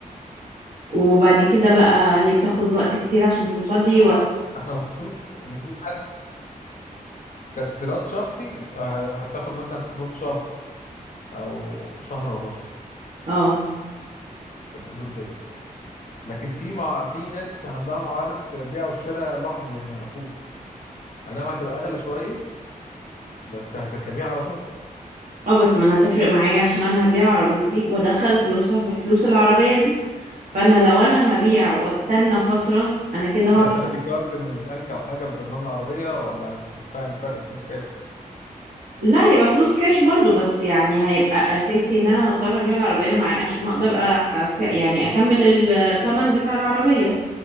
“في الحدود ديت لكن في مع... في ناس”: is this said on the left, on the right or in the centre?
Left